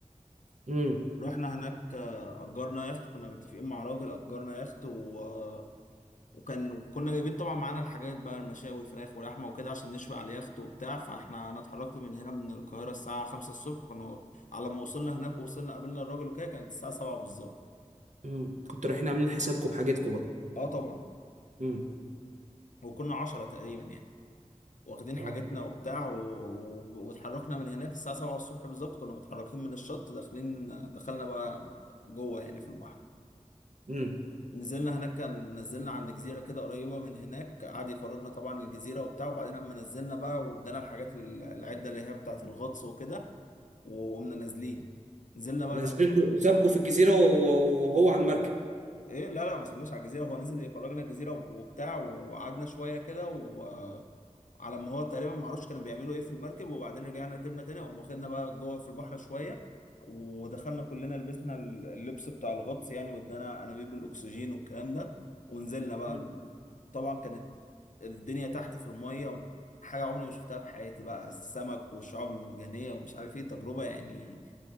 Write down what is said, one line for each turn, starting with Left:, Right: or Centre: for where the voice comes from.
Right: امم
Left: رحنا هناك آه، اجرنا يخت كنا متفقين مع راجل اجرنا يخت و... آه، وكان كنا جايبين طبعا معانا الحاجات بقى المشاوي فراخ ولحمه وكده عشان نشوي على اليخت وبتاع فاحنا انا اتحركت من هنا من القاهره الساعه 5 الصبح كنا على ما وصلنا هناك ووصلنا قابلنا الراجل وكده كانت الساعه 7 بالظبط
Right: امم كنتوا رايحين عاملين حسابكم بحاجتكم بقى
Left: اه طبعا
Right: امم
Left: وكنا عشرة تقريبا يعني واخدين
Right: اه
Left: حاجتنا وبتاع و... و... واتحركنا من هناك الساعة سبعة الصبح بالظبط كنا متحركين من الشط داخلين دخلنا بقى جوه يعني في البحر
Right: امم
Left: نزلنا هناك كان نزلنا عند جزيرة كده قريبة من هناك قعد يفرجنا طبعا الجزيرة وبتاع وبعدين أما نزلنا بقى وادانا الحاجات ال- العدة اللي هي بتاعة الغطس وكده وقمنا نازلين نزلنا بقى
Right: نازلينكم
Left: تحت شوية
Right: سابكم في الجزيرة وهو وهو على المركب
Left: ايه لا لا ما سبناش على الجزيرة هو نزل يفرجنا الجزيرة وبتاع وقعدنا شوية كده و... على ما هو تقريبا ما اعرفش كانوا بيعملوا ايه في المركب وبعدين رجعنا ركبنا تاني وقام واخدنا بقى جوه في البحر شويه ودخلنا كلنا لبسنا اللبس بتاع الغطس يعني وادانا انابيب الاكسجين والكلام ده ونزلنا بقى
Right: مم.
Left: طبعا كانت الدنيا تحت في الميه حاجه عمري ما شفتها في حياتي بقى السمك والشعاب المرجانيه ومش عارف ايه تجربه يعني